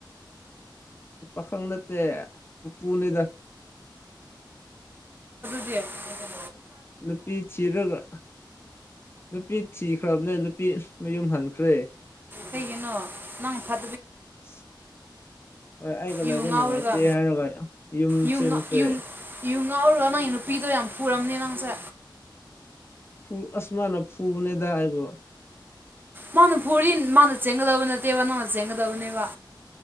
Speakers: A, on the left; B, on the right.
A: ꯄꯥꯈꯪ ꯅꯠꯇꯦ ꯄꯨꯄꯨꯅꯤꯗ
B: ꯎ
A: ꯅꯨꯄꯤ ꯊꯤꯔꯒ ꯅꯨꯄꯤ ꯊꯤꯈ꯭ꯔꯕꯅꯦ ꯅꯨꯄꯤ ꯃꯌꯨꯝ ꯍꯟꯈ꯭ꯔꯦ
B: ꯀꯩꯒꯤꯅꯣ ꯅꯪ ꯐ
A: <inaudible> ꯍꯣꯏ ꯑꯩꯒ
B: ꯌꯨ
A: ꯂꯕ
B: ꯉꯥꯎꯔꯒ
A: ꯅꯨꯡꯉꯥꯏꯇꯦ ꯍꯥꯏꯔꯒ ꯌꯨꯝ
B: ꯌꯨ
A: ꯆꯦꯟꯈ꯭ꯔꯦ
B: ꯉꯥ- ꯌꯨ ꯌꯨ ꯉꯥꯎꯔꯒ ꯅꯪꯒꯤ ꯅꯨꯄꯤꯗꯣ ꯌꯥꯝ ꯄꯨꯔꯝꯅꯦ ꯅꯪꯁꯦ
A: ꯐ ꯑꯁꯃꯥꯟ ꯐꯨꯕꯅꯦꯗꯒꯣ
B: ꯃꯥꯅ ꯐꯨꯔꯤ ꯃꯥꯅ ꯆꯦꯟꯒꯗꯕ ꯅꯠꯇꯦꯕ ꯅꯪꯅ ꯆꯦꯟꯒꯗꯕꯅꯦꯕ